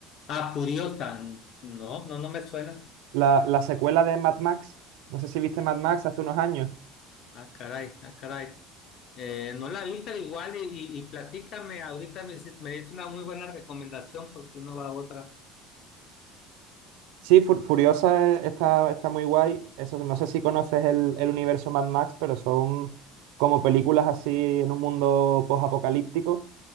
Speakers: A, on the left (about 40°); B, on the right (about 80°).
A: Ah, curiosa. No, no, no me suena.
B: La, la secuela de Mad Max, no sé si viste Mad Max hace unos años.
A: Ah, caray, ah, caray. Eh, no la vi, pero igual y, y, y platícame ahorita, me, hici- me diste una muy buena recomendación porque no va otra.
B: Sí, Fu- Furiosa eh, está, está muy guay. Eso, no sé si conoces el, el universo Mad Max, pero son como películas así en un mundo post-apocalíptico